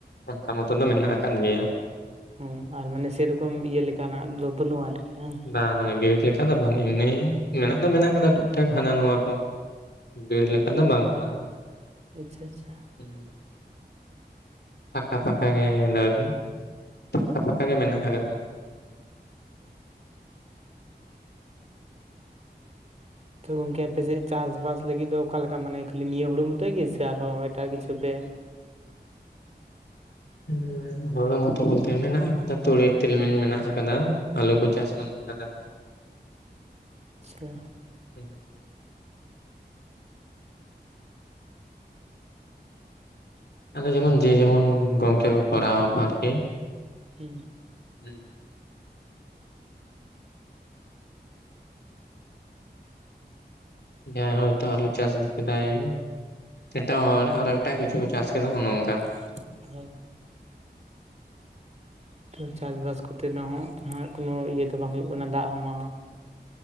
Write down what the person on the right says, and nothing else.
ᱚᱸ ᱟᱨ ᱢᱟᱱᱮ ᱥᱮᱨᱚᱠᱚᱢ ᱤᱭᱟᱹ ᱞᱮᱠᱟᱱᱟᱜ ᱫᱚ ᱵᱟᱹᱱᱩᱜᱼᱟ ᱟᱨᱠᱤ ᱦᱮᱸ
ᱟᱪᱪᱷᱟ ᱟᱪᱪᱷᱟ
ᱦᱮᱸ
ᱛᱳ ᱜᱚᱝᱠᱮ ᱟᱯᱮᱥᱮᱜ ᱪᱟᱥ ᱵᱟᱥ ᱞᱟᱹᱜᱤᱫ ᱫᱚ ᱚᱠᱟᱞᱮᱠᱟ ᱢᱟᱱᱮ ᱠᱷᱟᱹᱞᱤ ᱱᱤᱭᱟᱹ ᱦᱩᱲᱩ ᱢᱚᱛᱚᱭ ᱜᱮ ᱥᱮ ᱟᱨᱦᱚᱸ ᱮᱴᱟᱜ ᱠᱤᱪᱷᱩ ᱯᱮ
ᱟᱪᱪᱷᱟ
ᱦᱮᱸ
<unintelligible> <unintelligible> ᱪᱟᱥ ᱵᱟᱥ ᱠᱚᱛᱮ ᱫᱚ ᱦᱟᱸᱜ ᱠᱳᱱᱳ <unintelligible> ᱤᱭᱟᱹ ᱫᱚ ᱵᱟᱝ ᱦᱩᱭᱩᱜ ᱠᱟᱱᱟ ᱫᱟᱜ ᱦᱚᱸ ᱵᱟᱝᱼᱟ,